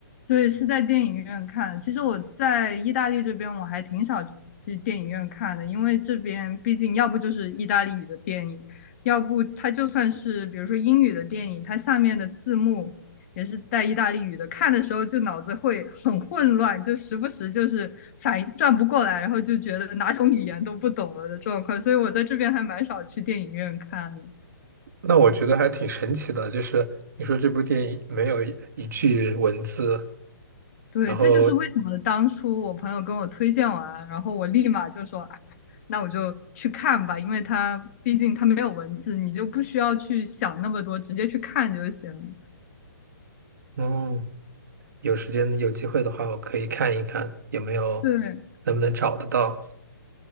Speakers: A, on the left; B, on the right.
A: 对，是在电影院看。其实我在意大利这边，我还挺少去电影院看的，因为这边毕竟要不就是意大利语的电影，要不它就算是比如说英语的电影，它下面的字幕也是带意大利语的，看的时候就脑子会很混乱，就时不时就是反应转不过来，然后就觉得哪种语言都不懂了的状况。所以我在这边还蛮少去电影院看的。
B: 那我觉得还挺神奇的，就是你说这部电影没有一一句文字，
A: 对，
B: 然后，
A: 这就是为什么当初我朋友跟我推荐完，然后我立马就说，哎，那我就去看吧，因为它毕竟它没有文字，你就不需要去想那么多，直接去看就行了。
B: 嗯。有时间有机会的话，我可以看一看有没有
A: 对，
B: 能不能找得到。